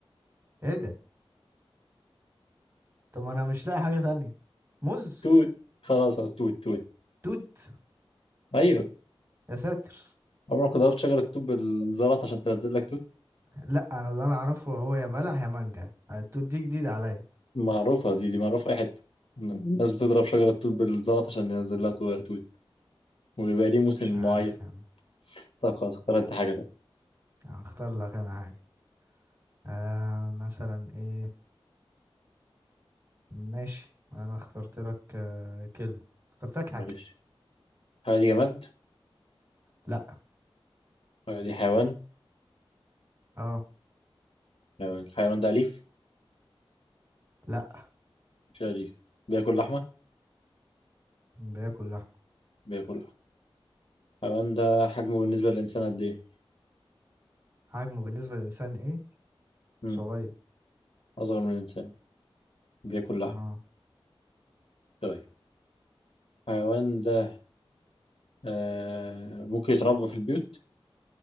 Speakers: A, on the right; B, on the left.
A: ايه ده طب انا مش لاقي حاجة تانية موز
B: توت خلاص خلاص توت توت
A: توت
B: أيوه
A: يا ساتر
B: عمرك ضربت شجرة توت بالزلط عشان تنزل لك توت
A: لا انا اللي انا اعرفه هو يا بلح يا مانجا آه، التوت دي جديدة عليا
B: معروفة دي دي معروفة في أي حتة الناس بتضرب شجرة توت بالزلط عشان ينزل لها توت وبيبقى ليه موسم
A: مش
B: معين
A: عارف يعني
B: طب خلاص اختار انت حاجة طب
A: هختار لك انا حاجة آه مثلا ايه ماشي انا اخترت لك آه، كلمة اخترت لك
B: ماشي
A: حاجة
B: الحاجة دي جماد
A: لا
B: الحاجة دي حيوان
A: اه
B: لو الحيوان ده أليف
A: لا
B: مش أليف بياكل لحمة
A: بياكل لحم
B: بياكل لحمة الحيوان ده حجمه بالنسبة للإنسان قد إيه؟
A: حجمه بالنسبة للإنسان ايه
B: مم.
A: صغير
B: أصغر من الإنسان بياكل لحمة
A: اه
B: طيب الحيوان ده آه ممكن يتربى في البيوت